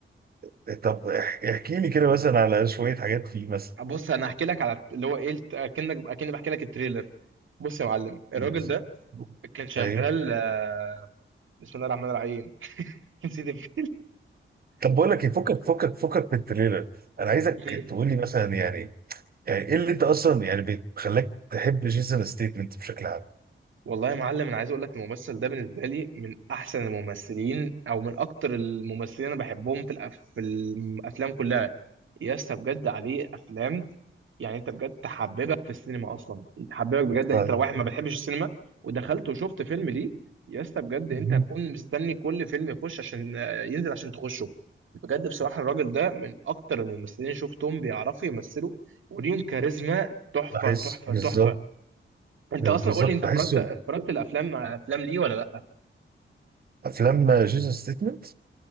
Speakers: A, on the right; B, on the right.
A: <laughs> طب اح- احكي لي كده مثلا على شويه حاجات فيه مثلا
B: بص انا هحكي لك على اللي هو ايه الت- اكنك اكني بحكي لك التريلر بص يا معلم الراجل
A: ميرسي.
B: ده كان شغال
A: ايوه
B: آه، بسم الله الرحمن الرحيم <laughs> نسيت الف-
A: طب بقول لك ايه فكك فكك فكك من التريلر انا عايزك
B: مم.
A: تقول لي مثلا يعني يعني ايه اللي انت اصلا يعني بتخليك تحب جيسون ستيتمنت بشكل عام
B: والله يا معلم انا عايز اقول لك الممثل ده بالنسبه لي من احسن الممثلين او من اكتر الممثلين انا بحبهم في الأف... في الافلام كلها يا اسطى بجد عليه افلام يعني انت بجد تحببك في السينما اصلا تحببك بجد يعني
A: ف
B: انت لو واحد ما بتحبش السينما ودخلت وشفت فيلم ليه يا اسطى بجد
A: مهم.
B: انت هتكون مستني كل فيلم يخش عشان ينزل عشان تخشه بجد بصراحة الراجل ده من اكتر الممثلين اللي شفتهم بيعرفوا يمثلوا وليهم كاريزما تحفة
A: بحس
B: تحفة
A: بالظبط
B: تحفة انت
A: بالظبط
B: اصلا قول لي انت
A: بحسه
B: اتفرجت اتفرجت الافلام افلام ليه ولا لا
A: افلام جيسون ستيتمنت